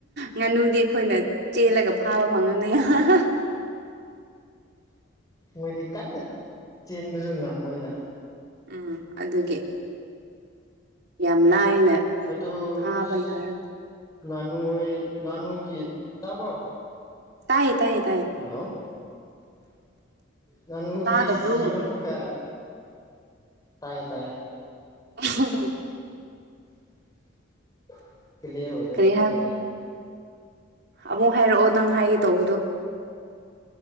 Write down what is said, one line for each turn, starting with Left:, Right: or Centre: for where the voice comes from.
Right: ꯉꯥꯅꯨꯗꯤ ꯑꯩꯈꯣꯏꯅ ꯆꯦꯂꯒ ꯐꯥꯕ ꯐꯪꯉꯅꯤ ꯑꯍꯥ ꯍꯥ ꯫
Left: ꯃꯣꯏꯗꯤ ꯀꯟꯅ ꯆꯦꯟꯕꯁꯨ ꯉꯝ ꯃꯣꯏꯅ꯫
Right: ꯎꯝ ꯑꯗꯨꯒꯤ ꯌꯥꯝ ꯂꯥꯏꯅ
Left: ꯑꯗꯨ
Right: ꯐꯥꯕ
Left: ꯏꯁ!
Right: ꯌꯥꯔꯅꯤ
Left: ꯉꯥꯅꯨ ꯍꯣꯏ ꯉꯥꯅꯨꯒꯤ ꯇꯥꯕ꯭ꯔꯣ?
Right: ꯇꯥꯏ - ꯇꯥꯏ꯫
Left: ꯍꯜꯂꯥꯎ ꯉꯥꯅꯨꯗꯤ
Right: ꯇꯥꯗꯕ꯭ꯔꯣ
Left: ꯁꯤꯕ ꯑꯃꯨꯛꯀ ꯇꯥꯏꯌꯦ ꯇꯥꯏꯌꯦ
Right: ꯑꯝꯍꯝꯝ
Left: ꯑꯟꯑꯣꯗꯤꯕꯜ ꯀꯦꯂꯤꯌꯥꯔ ꯑꯣꯏꯗꯕ꯭ꯔ
Right: ꯀꯔꯤ
Left: ꯈꯪꯗ꯭ꯔꯦ
Right: ꯍꯥꯏ ꯑꯃꯨꯛ ꯍꯥꯏꯔꯛꯑꯣ ꯅꯪ ꯍꯥꯏꯒꯦ ꯇꯧꯕꯗꯣ